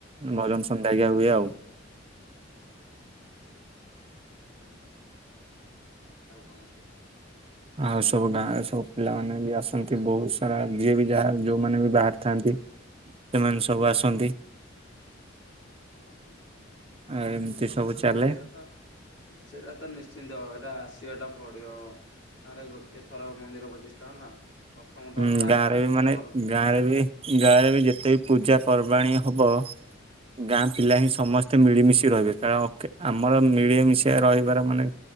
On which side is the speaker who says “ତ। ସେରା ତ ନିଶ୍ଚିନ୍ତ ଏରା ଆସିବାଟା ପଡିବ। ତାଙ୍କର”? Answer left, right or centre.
Left